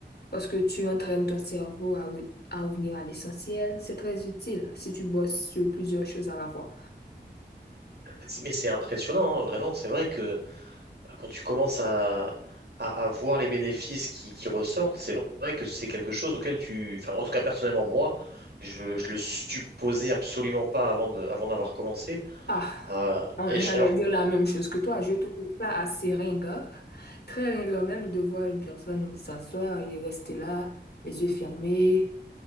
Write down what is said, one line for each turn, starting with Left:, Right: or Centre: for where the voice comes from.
Left: parce que tu entraînes ton cerveau à, re- à revenir à l'essentiel. C'est très utile si tu bosses sur plusieurs choses à la fois.
Right: C'est- Mais c'est impressionnant, hein, vraiment. C'est vrai que euh, quand tu commences à, à, à voir les bénéfices qui, qui ressortent, c'est vrai que c'est quelque chose auquel tu... Enfin, en tout cas, personnellement, moi, je, je le supposais absolument pas avant de, avant d'avoir commencé.
Left: Ah,
Right: Euh,
Left: on-
Right: et
Left: <laughs> j'allais
Right: je- alors,
Left: dire la même chose que toi. Je trouve ça assez ringard, très ringard même de voir une personne s'asseoir et rester là, les yeux fermés,